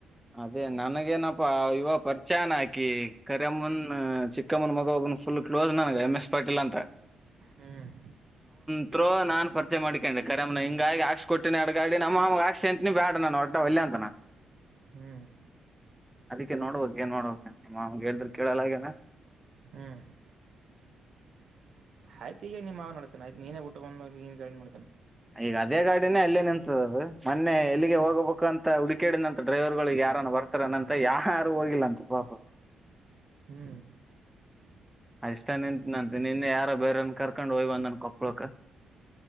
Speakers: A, in the centre; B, on the right.
A: ಅದೇ ನನಗೇನಪ್ಪಾ ಇವ ಪರಿಚ ಚಾನಾಕಿ ಕರಿಯಮ್ಮನ್ ಚಿಕ್ಕಮ್ಮನ ಮಗ ಒಬ್ಬನ ಫುಲ್ ಕ್ಲೋಸ್ ನನಗೆ ಎಮ್ ಎಸ್ ಪಾಟೀಲ್ ಅಂತ
B: ಹ್ಮ್
A: ಹ ನಾನನ್ ಪರ್ಚೆ ಮಾಡಿಕೊಂಡೆ ಕರೆಮ್ಮ ಹಿಂಗಾಗಿ ಕೊಟ್ಟಿ ಅಡ್ಗಾಡಿ ನಮ್ಮಗಾ ಂತನ ಬ್ಯಾಡ ನು ಒಡ್ಡ ಒಳ್ಳೆ ಅಂತಾನ
B: ಹ್ಮ್
A: ಅದಕ್ಕೆ ನೋಡ್ಬಕ್ ಏನ್ ಮಾಡೋಬೇಕ ಮಾಗೆ ಹೇಳದ್ರ ಕೇಳಲ್ಲ ಹಾಗಗೇನ
B: ಹ್ಮ್ ಆಯ್ತ ಈಗ ನೀ ಮಾ ನಡಸ್ತಾನ ಆಯ್ತ ನೀನೇ ಬಿಟ್ಟು ಬಂದನ್ ಗಡಿಡ್ತಾನ
A: ಈಗ ಅದೇ ಗಾಡಿನೇ ಅಲ್ಲೇ ನಿಂತದ ಅದು ಮೊನ್ನೆ ಎಲ್ಲಿಗೆ
B: ಅಂತ
A: ಹೋಗಬೇಕು ಅಂತ ಹುಡು ಕೇಳಡಿದಂತ ಡ್ರೈವರ್ಗಳಿಗೆ ಯಾರಾನ ಬರ್ತಾರನಂತ ಯಾವ ಯಾರು ಹೋಗಿಲ್ಲ ಅಂತ ಪಾಪ
B: ಹ್ಮ್
A: ಅ ಇಷ್ಟ ನಿಂತ ನಂತೆ ನಿನ್ನೆ ಯಾರ ಬೇರನ್ ಕರ್ಕೊಂಡ್ ಹೋಗಯ್ ಬಂದ ನನ್ ಕೊಪ್ಳಕ